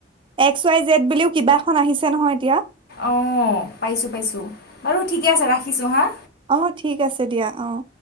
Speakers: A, on the right (about 30°); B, on the left (about 55°).
A: এক্স উয়াই জেট বুলিও কিবা এখন আহিছে নহয় এতিয়া।
B: অঁ পাইছো-পাইছো, বাৰু ঠিকে আছে ৰাখিছো হা?
A: অঁ ঠিক আছে দিয়া। অঁ!